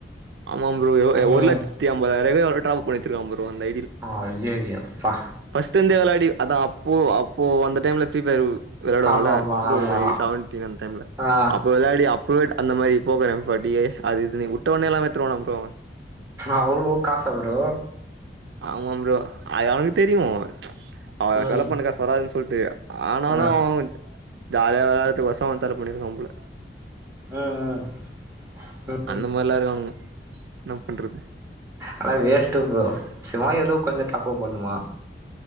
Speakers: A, on the right; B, on the right.
A: ஆமா ப்ரோ எ ஒ
B: ம்
A: ஒரு லட்ச் நூத்தி ஐம்பதாயவாய்க்கோ எவ்ளவோ டாப்பப் பண்ணி வெச்சிருக்கா ப்ரோ அந்த
B: ஐய்யய்யோ அப்பா
A: ஃபஸ்ட் இருந்தே வெளாடி அதா அப்போ அப்போ வந்த டைம்ல ஃப்ரீ பயர் வெளாடுவாங்கள்ல
B: ஆமா ஆமா
A: டூ
B: ஆமா
A: தௌச்சன் எயிட் செவன்டீன் அந்த டைம்ல
B: ஆ
A: அப்போ வெளாடி அப்ப அந்த மாரி <unintelligible> அப்படியே அது இதுன்னு வுட்டுவான்னா எல்லாமே வுட்டு வருவானா ப்ரோ
B: அவ்ளோ காசா ப்ரோ
A: ஆமா ப்ரோ ஆ அவனுக்கு தெரியு ஆ
B: ம்
A: செலவு பண்ண காசு வராதுன்னு சொல்ட்டு ஆனாலு
B: ஆ
A: ஜாலியா வெளாட்றதுக்கொசரோ அவ செலவு பண்ணிருக்கா போல
B: ம் ம் ம்
A: அந்த மாரில்லா இருக்கானுங்க என்ன பண்றது
B: ஆனா வேஸ்ட்டு ப்ரோ சிவா ஏதோ கொஞ்சோ தப்பு பண்ணுமா